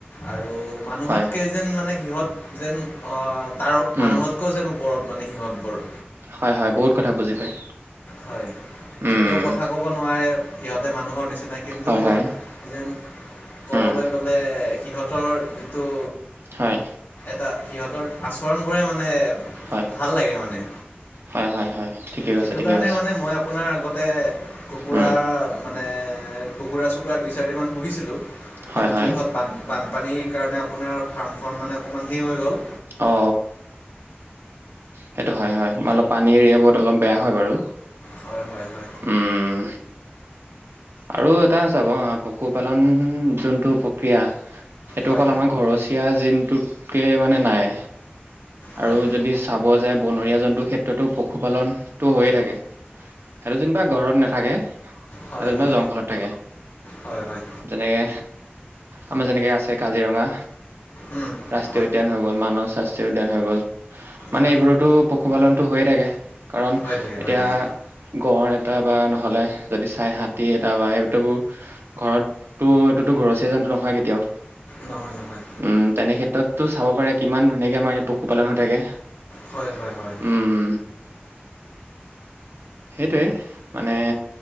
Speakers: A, on the left; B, on the right.
A: আৰু মানুহতকেই
B: হয়
A: যেন মানে সিহঁত যেন আঁহ তাৰ
B: উম
A: মানুহতকৈ যেন ওপৰত মানে সিহঁতবোৰ
B: হয় হয় বহুত কথা বুজি পায়।
A: হয়।
B: উম
A: যদিও কথা ক'ব নোৱাৰে, সিহঁতে মানুহৰ নিচিনা কিন্তু
B: হয় হয়
A: যেন ক'বলৈ
B: উম
A: গলে সিহঁতৰ যিটো।
B: হয়।
A: সিহঁতৰ আচৰণবোৰে মানে
B: হয়
A: ভাল লাগে মানে।
B: হয় হয় হয় ঠিকে কৈছে
A: সেইটো
B: ঠিকে
A: কাৰণে
B: কৈছে
A: মানে মই আপোনাৰ আগতে, কুকুৰাৰ
B: উম
A: মানে কুকুৰা চুকুৰা দুই চাৰিদিনমান পুহিছিলোঁ
B: হয়
A: কিন্তু
B: হয়
A: কি হ'ল বান বানপানীৰ কাৰণে আপোনাৰ ফাৰ্মখন মানে অকণমান হে হৈ গ'ল।
B: অ সেইটো হয় হয়, মই অলপ পানী এৰিয়াবোৰত অলপ বেয়া হয় বাৰু।
A: হয় হয় হয়
B: উম। আৰু এটা চাব পশুপালন যোনটো প্ৰক্ৰিয়া এইটো
A: হয়
B: অকল আমাৰ ঘৰচীয়া জিনটোতকে মানে নাই।
A: হয়
B: আৰু যদি চাব যায়। বনৰীয়া জন্তুৰ ক্ষেত্ৰতো পশুপালনটো হৈয়ে থাকে, সেইটো যেনিবা ঘৰত নাথাকে।
A: হয়
B: তাতে ইমান
A: হয়
B: জংঘলত থাকে,
A: হয় হয়
B: যেনেকে আমাৰ যেনেকৈ আছে কাজিৰঙা
A: উম
B: ৰাষ্ট্ৰীয়
A: হয়
B: উদ্যান হৈ গ'ল মানৱ ৰাষ্ট্ৰীয় উদ্যান হৈ গ'ল। মানে
A: হয়
B: এইবোৰতো পশুপালনটো হৈয়ে থাকে কাৰণ
A: হৈ থাকে
B: এতিয়া
A: হৈ থাকে
B: গড় তা বা নহলে যদি চাই হাত টি এটা বাই সেইতো ঘৰততোঁ এইটোতো ঘৰচীয়া জন্তুটো নহয় কেতিয়াওঁ
A: নহয় নহয়
B: উম তেনে ক্ষেত্ৰতটো চাব পাৰে কিমান ধুনীয়াকে আমাৰ পশুপালন হৈ থাকে।
A: হয় হয় হয়
B: উম, সেইটোৱে মানে